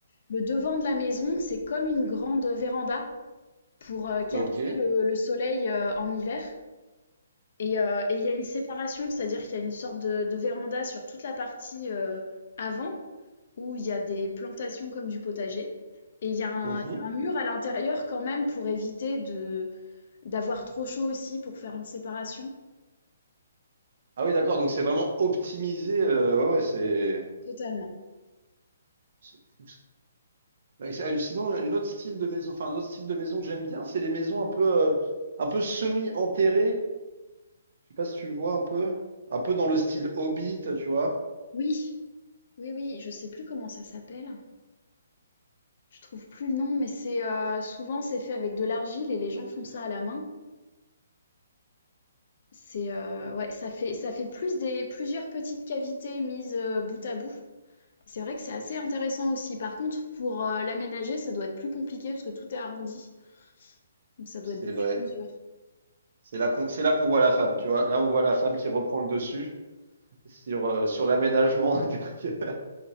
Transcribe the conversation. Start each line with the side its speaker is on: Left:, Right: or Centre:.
Left: le devant de la maison, c'est comme une grande véranda pour euh, capter
Right: Ok.
Left: le, le soleil euh, en hiver. Et euh, et il y a une séparation, c'est-à-dire qu'il y a une sorte de, de véranda sur toute la partie euh, avant où il y a des plantations comme du potager. Et il y a un,
Right: Mhm.
Left: il y a un mur à l'intérieur quand même pour éviter de d'avoir trop chaud aussi pour faire une séparation.
Right: Ah oui, d'accord. Donc c'est vraiment optimisé. euh, Ouais, ouais, c'est
Left: Totalement.
Right: c'est fou ça. Ouais, c'est- ah, Sinon, une autre style de maison, enfin un autre style de maison que j'aime bien, c'est les maisons un peu euh, un peu semi-enterrées. Je sais pas si tu vois un peu, un peu dans le style Hobbit, tu vois.
Left: Oui, oui, oui, je sais plus comment ça s'appelle. Je trouve plus le nom, mais c'est euh, souvent c'est fait avec de l'argile et les gens font ça à la main. C'est euh, ouais, ça fait ça fait plus des plusieurs petites cavités mises euh, bout à bout. C'est vrai que c'est assez intéressant aussi. Par contre, pour euh, l'aménager, ça doit être plus compliqué parce que tout est arrondi, donc ça doit
Right: C'est
Left: être des
Right: vrai.
Left: sur-mesures.
Right: C'est là qu'on c'est là qu'on voit la femme, tu vois. Là, on voit la femme qui reprend le dessus. sur, euh, sur l'aménagement <laughs> intérieur.